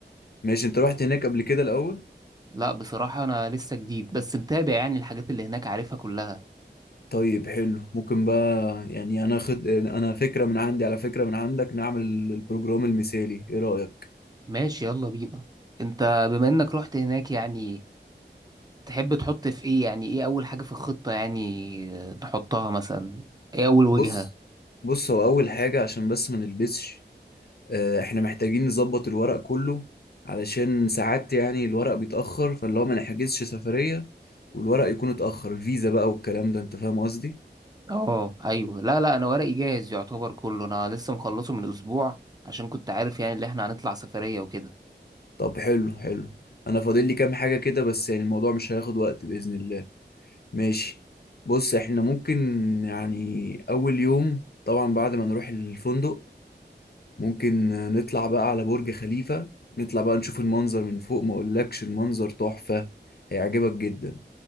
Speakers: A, on the left; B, on the right.
A: ماشي انت رحت هناك قبل كده الاول
B: لا بصراحة انا لسه جديد بس متابع يعني الحاجات اللي هناك عارفها كلها
A: طيب حلو ممكن بقى يعني انا خد انا فكرة من عندي على فكرة من عندك نعمل البروجرام المثالي ايه رأيك
B: ماشي يلا بينا انت بما انك رحت هناك يعني تحب تحط في ايه يعني ايه اول حاجة في الخطة يعني آه، نحطها مثلا ايه اول وجهة
A: بص بص هو اول حاجة عشان بس ما نلبسش آه، احنا محتاجين نظبط الورق كله علشان ساعات يعني الورق بيتأخر فاللي هو ما نحجزش سفرية والورق يكون اتأخر الفيزا بقى والكلام ده انت فاهم قصدي
B: اه ايوه لا لا انا ورقي جاهز يعتبر كله انا لسه مخلصه من اسبوع عشان كنت عارف يعني اللي احنا هنطلع سفرية وكده
A: طب حلو حلو انا فاضل لي كام حاجة كده بس يعني الموضوع مش هياخد وقت بإذن الله ماشي بص احنا ممكن يعني اول يوم طبعا بعد ما نروح الفندق ممكن نطلع بقى على برج خليفة نطلع بقى نشوف المنظر من فوق ما اقولكش المنظر تحفة هيعجبك جدا